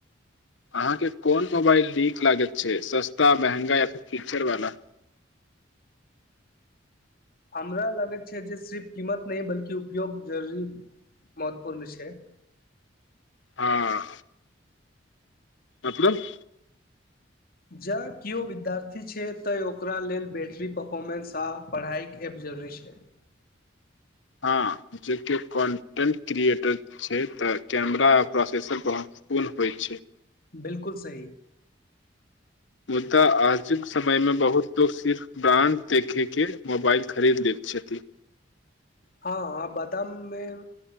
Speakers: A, on the left (about 70°); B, on the left (about 50°).
A: अहाँके कोन मोबाइल नीक लागैत छै सस्ता महँगा या फीचरवला
B: हमरा लागैत छै जे सिर्फ कीमत नहि बल्कि उपयोग जरूरी महत्वपूर्ण छै
A: हँ अथबन <inaudible>
B: जँ केओ विद्यार्थी छै तऽँ ओकरा लेल बैटरी परफॉर्मेंस आ पढ़ाइक ऐप जरूरी छै
A: हँ जे किओ कन्टेन्ट क्रिएटर छै तऽ कैमरा आ प्रोसेसर बहुत फुल होइत छै
B: बिलकुल सही
A: मुदा आजुक समयमे बहुत लोक सिर्फ ब्रान्ड देखयके मोबाइल खरीद लैत छथि
B: हँ बादाममे